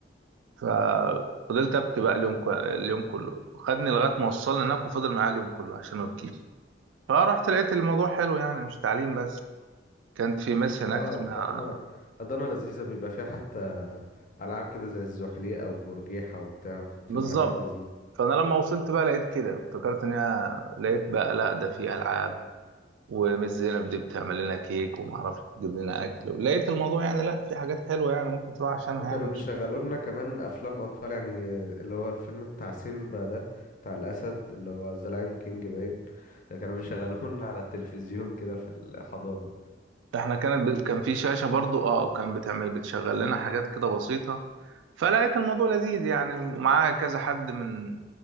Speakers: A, on the right; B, on the left.
A: ففضلت ابكي بقى اليوم كو... اليوم كله خدني لغايه ما وصلنا هناك وفضل معايا اليوم كله عشان ما ابكيش فرحت لقيت الموضوع حلو يعني مش تعليم بس كانت في مس هناك
B: اه
A: اسمها
B: الحضانة الحضانة لذيذة بيبقى فيها حتى ألعاب كده زي الزحليقة وبرجيحة وبتاع بتبقى
A: بالظبط
B: حاجات لذيذة
A: فانا لما وصلت بقى لقيت كده افتكرت ان هي لقيت بقى لا ده في العاب ومس زينب دي بتعمل لنا كيك وما اعرفش تجيب لنا اكل لقيت الموضوع يعني لا في حاجات حلوه يعني ممكن تروح عشانها
B: وكانوا
A: يعني
B: بيشغلوا
A: مش
B: لنا كمان أفلام أطفال يعني اللي هو الفيلم بتاع سيمبا ده بتاع الأسد اللي هو ذا لاين كينج باين ده كانوا بيشغلوه لنا على التلفزيون كده في الحضانة
A: احنا كانت ب... كان في شاشه برضو اه وكان بتعمل بتشغل لنا حاجات كده بسيطه فلقيت الموضوع لذيذ يعني ومعايا كذا حد من